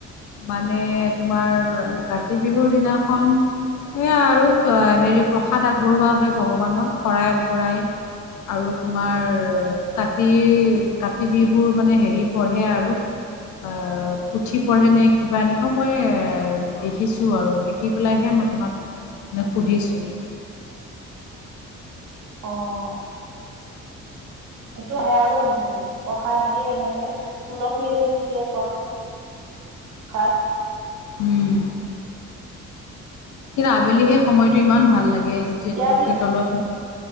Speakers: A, on the left; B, on the right.
A: মানে তোমাৰ কাতি বিহুৰ দিনাখন সেয়া আৰু হেৰি প্ৰসাদ আগবঢ়োৱা হয় ভগৱানক শৰাই আগবঢ়াই আৰু তোমাৰ কাতি কাতি বিহু বোৰ মানে হেৰি পঢ়ে আৰু। অ' পুথি পঢ়ে নে কিবা এনেকুৱা মই এ দেখিছো আৰু। খি পেলাইহে মই তোমাক মে সুধিছোঁ?
B: অ'। সেটো হয়, আৰু উম প্ৰসাদ দিয়ে এনেকে তুলসীৰ গুৰিত দিয়ে প্ৰসাদ সাদ।
A: উম। কিন্তু আবেলি সেই সময়তটো ইমান ভাল লাগে, যেতিয়া
B: দিয়াৰ
A: তুলসীৰ
B: পিছত
A: তলত